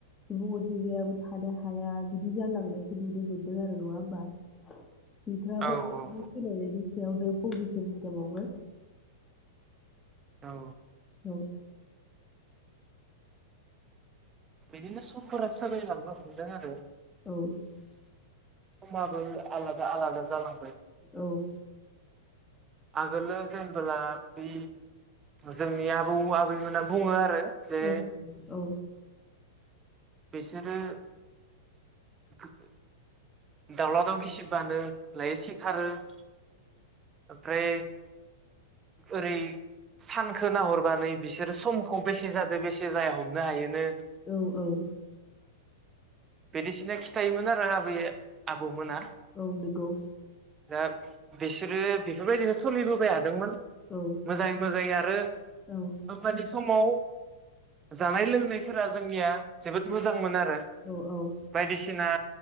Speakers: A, on the left (about 15°); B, on the right (about 25°).
A: सुबुं अनजिमायाबो थानो हाया बिदि जालांनायखौ नुनो मोनदों आरो नङा होमबा
B: औ औ
A: <unintelligible> बेनिसेयावनो फंनैसो बुंजाबावगोन।
B: औ
A: औ।
B: बिदिनो समफोरा सोलायलांनो हमदों आरो।
A: <unintelligible>
B: समाबो आलादा -आलादा जालां
A: औ।
B: आगोलो जेनबोला बे जोंनि आबौ -आबैमोनना बुङो आरो जे
A: औ-औ।
B: बिसोरो <unintelligible> दाउला दाउ गिसिबानो <unintelligible> सिखारो <unintelligible> ओरै सानखो नाहरबानो बिसोरो समखौ बेसे जादो बेसे जाया हमनो हायोनो
A: औ-औ-औ-औ।
B: बिदिसिना खिथायोमो। <unintelligible> आबै -आबौमोना।
A: औ नोंगौ।
B: दा बिसोरो बेफोरबायदिनो सोलिबोबाय थादोंमोन।
A: औ
B: मोजाङै मोजाङै आरो
A: औ
B: हाबानि समाव जानाय -लोंनाय <unintelligible> जोंनिया जोबोद मोजां मोन आरो <unintelligible>
A: औ औ
B: बायदिसिना